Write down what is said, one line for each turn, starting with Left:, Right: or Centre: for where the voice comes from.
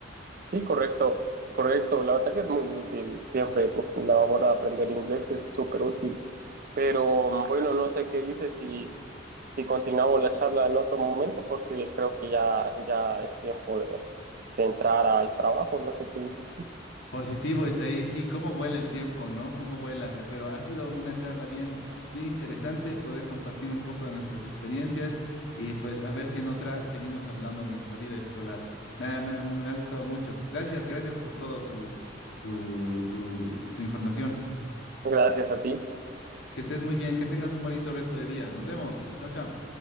Right: Sí, correcto, correcto. La verdad que es muy útil siempre. La hora de aprender inglés es súper útil. Pero bueno, no sé qué dices si, si continuamos la charla en otro momento porque creo que ya, ya es tiempo de, de entrar al trabajo. No sé qué dices tú.
Left: Positivo, Isaí, sí, cómo vuela el tiempo, ¿no? Cómo vuela. Eh, Pero ha sido una charla bien, bien interesante poder compartir un poco de nuestras experiencias y pues a ver si en otra seguimos hablando de nuestra vida escolar. Me ha, me ha- me ha gustado mucho. Gracias, gracias por todo tu, tu, tu, tu información.
Right: Gracias a ti.
Left: Que estés muy bien, que tengas un bonito resto de día. Nos vemos. Chao, chao.